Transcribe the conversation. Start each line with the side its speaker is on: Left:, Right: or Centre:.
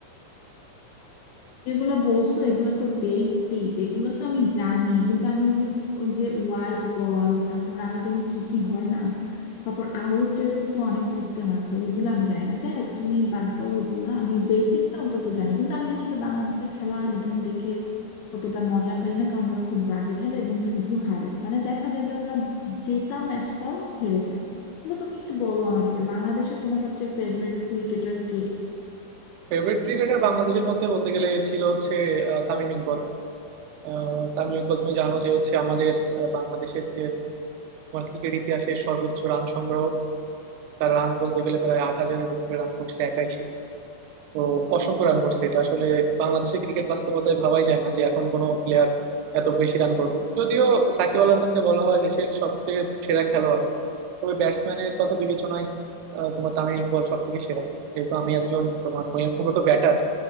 Left: যেগুলো বলছো এগুলো তো বেসিক এগুলো তো আমি জানি কিন্তু আমি ওই যে ওই যে ওয়াইড বল তারপর আরো যেন কি কি হয় না তারপর আউটেরও তো অনেক সিস্টেম আছে ওইগুলো আমি জানি না যাই হোক তুমি বাদ দাও ওইগুলা আমি বেসিকটা অন্তত জানি কিন্তু আমি আসলে বাংলাদেশের খেলা ইদানিং দেখে অতটা মজা পাই না কারণ ওরা খুব বাজে খেলে এবং শুধু হারে মানে দেখা যায় যে ওরা জেতা ম্যাচটাও হেরে যায় কিন্তু তুমি একটু বলো আমাকে যে বাংলাদেশের তোমার সবচেয়ে ফেভারিট ক্রিকেটার কে
Right: ফেভারিট ক্রিকেটার বাংলাদেশের মধ্যে বলতে গেলে ছিল হচ্ছে আহ, তামিম ইকবল আহ, তামিম ইকবল তুমি জানো যে হচ্ছে আমাদের আহ, বাংলাদেশের তোমার ক্রিকেট ইতিহাসের সর্বোচ্চ রান সংগ্রহ তার রান বলতে গেলে প্রায় আট হাজারের উপরে রান করছে একাই সে তো অসংখ্য রান করছে এটা আসলে বাংলাদেশের ক্রিকেট বাস্তবতায় ভাবাই যায় না যে এখন কোনো প্লেয়ার এত বেশি রান করবে যদিও সাকিব আল হাসানকে বলা হয় দেশের সবচেয়ে সেরা খেলোয়াড় তবে ব্যাটসম্যানের কথা বিবেচনায় আহ, তোমার তামিম ইকবল সব থেকে সেরা যেহেতু আমি একজন তোমার মূলত ব্যাটার